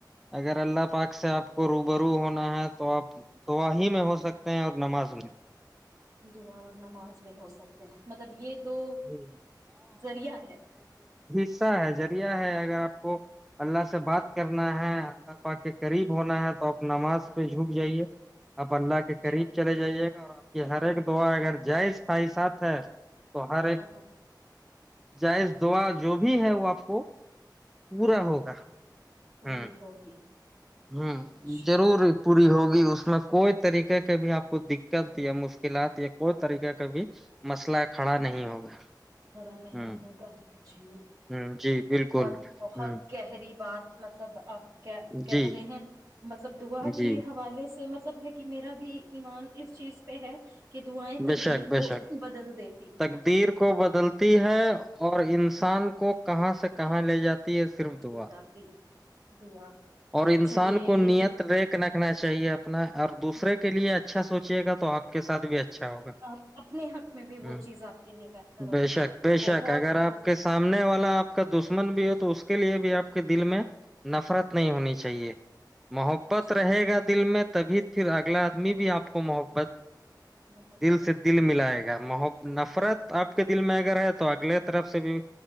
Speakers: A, in the centre; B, on the right.
A: اگر اللہ پاک سے آپ کو روبرو ہونا ہے تو آپ دعا ہی میں ہو سکتے ہیں اور نماز ہو جائے
B: دعا اور نماز میں ہو سکتے ہیں مطلب یہ دو
A: ہوں،
B: ذریعہ ہے
A: سا ذریعہ ہے اگر آپ کو اللہ سے بات کرنا ہے اندر اوپر کے قریب ہونا ہے تو نماز پہ جھک جائیے آپ اللہ کے
B: اچھا
A: قریب چلے جائیے گا اور کہ ہر ایک دعا اگر جائش خھائی ساتھ ہے سہارے
B: ہاں ہاں
A: جائز دعا جو بھی بھی ہے وہ آپ کو پورا
B: ہاں ہاں
A: ہوگا
B: پوری
A: ہ
B: ہوگی
A: ہ
B: اچھا
A: ضرور
B: ہاں
A: پوری ہوگی اس میں کوئی طریقے کا بھی آپ کو دقت یا مشکلات یا کوئی طریقے کا بھی مسئلہ کھڑا نہیں
B: ہاں
A: ہوگا
B: کھڑا نہیں
A: ہ
B: ہوگا تو
A: ہ جی بالکل
B: بہت بہت
A: ہ
B: گہری بات مطلب آپ کیا کہہ
A: جی
B: رہے ہیں مطلب دعا کے
A: جی
B: حوالے سے مب سب کہ میرا بھی ایمان اس چیز پہ ہے کہ دعیں تقدیر
A: بے شک بے
B: کو
A: شک
B: بدل دے
A: تقدیر کو بدلتی ہے اور انسان
B: ہ
A: کو کہاں سے کہاں لے جاتے ہے صرف دعا
B: یہ چاہتی ہے دعا
A: اور انسان
B: چلیں یہ
A: کو نییت ریککھ رکھنا چاہیے اپ اپنا اور دوسرے
B: ہ
A: کے لیے اچ اچھا سوچے گا تو آ کے سھ بھی اچھا اچھا ہوگا
B: آپ اپنے حق میں بھی وہ
A: ہ
B: چیز آپ کے لیے بہتر ہوگی
A: بے شک بے
B: بہت
A: شک اگر آپ
B: بت
A: کے سامنے والا آپ کا دشمن بھی ہو تو اس کے لیے بھی آپ کے دل میں نفرت نہیں ہونی چاہیے محبت
B: اچھا
A: رہے گا دل
B: محبت
A: میں تبھی پھر اگلا آدمی بھی آپ کو محبت
B: محبت
A: دل سے دل ملائے
B: سے پہ
A: گا مح نفرت
B: جی
A: آپ کے دل میں آئے گا ہے تو اگلے طرف سے بھی